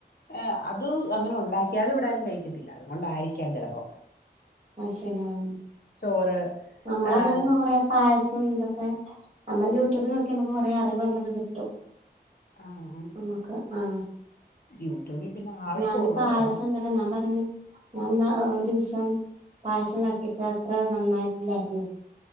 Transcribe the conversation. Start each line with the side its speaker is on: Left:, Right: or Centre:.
Left: ങ് അത് അങ്ങനെ ഉണ്ടാക്കിയാലും ഇവിടാരും കഴിക്കത്തില്ല അതുകൊണ്ടായിരിക്കാം ചെലപ്പം
Right: അത്ശരി ആഹ്
Left: ചോറ്
Right: നമ്മളങ്ങനെക്കെ
Left: ആഹ് അത്
Right: കൊറെ പായസം ഇതൊക്കെ നമ്മൾ യൂട്യൂബിൽ നോക്കി നമുക്ക് കുറെ അറിവ് നമ്മക്ക് കിട്ടും
Left: ആഹ്
Right: നമക്ക് ആഹ്
Left: യൂട്യൂബിൽ പിന്നെ ആവശ്യമുള്ളതോ
Right: ഞാനിപ്പായസം
Left: ആ
Right: ഉണ്ടാക്കെ ഞാൻ പറഞ്ഞു എന്ന ഒരു ദിവസം പായസ ആക്കിയിട്ട് അത്ര നന്നായിട്ടില്ലായിരുന്നു